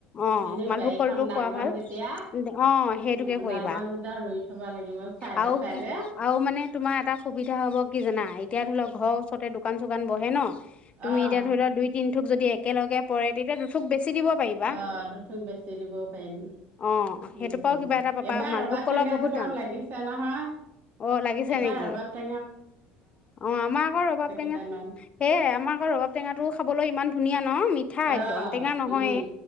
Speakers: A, on the left (about 30°); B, on the right (about 45°).
A: অ
B: এনেও
A: মালভোগ
B: বাৰীখন
A: কলটো
B: ডাঙৰ
A: খোৱা ভাল
B: যেতিয়া
A: অ সেইটোকে
B: উম,
A: কৰিবা
B: ডাঙৰ যেতিয়া ৰুই থব লাগিব চাইডে
A: আৰু
B: চাইডে।
A: কি আৰু মানে তোমাৰ এটা সুা হ' কিানো <unintelligible> নাই এতিয়া ধৰি লওক ঘৰৰ ওচৰতে দোকান চোকান বহে ন। <unintelligible> তুমি
B: অ',
A: এতিয়া ধৰি লোৱা দুই তিনি। <unintelligible> থুক যদি একেলগ পৰে তেতিয়া দুথুক বেছি। দিব পাৰিবা
B: অ দুঠুক বেচি দিবও পাৰিম
A: অ', সেইটো
B: উমম
A: পৰাও কিবা এটা পাবা
B: এবাৰ
A: মালভোগ
B: ৰবাব
A: কলৰ
B: টেঙা
A: বহুত
B: জোপাও
A: দাম
B: লাগিছে নহয়
A: অ', লাগিছে
B: এবাৰ
A: নেকি?
B: ৰবাব টেঙা।
A: অ আমাৰ আকৌ ৰবাব টেঙা
B: কেইটামান।
A: সেে আমাৰ আকৌ ৰবাব টেঙাো খাবলৈ ইমান। <unintelligible> ধুনীয়া। <unintelligible> ন মিঠা
B: অ',
A: একদম টেঙা নহয়ে
B: উম,